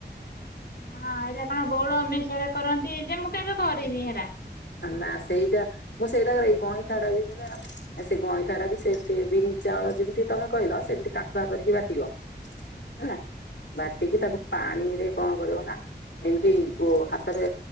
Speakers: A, on the left (about 60°); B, on the left (about 85°).
A: ହଁ ଏରା କଣ ବଉଳ ଅମେଇସାରେ କରନ୍ତି, ଯେ ମୁଁ କେବେ କରିନି ହେରା?
B: ନା ସେଇଟା ମୁଁ ସେଇଟା କଣ ଇ ଗଇଁଠାଟା <unintelligible> ଆ ସେ ଗଇଁଠା ଟା ବି ସେମିତି ବିରି ଚାଉଳ ଯେମିତି ତମେ କହିଲ, ସେମିତି କାଠୁଆ କରିକି ବାଟିବ। ହେଲା ବାଟିକି ତାକୁ ପାଣି ରେ କଣ କରିବ ନା, ଏମିତି ହାତରେ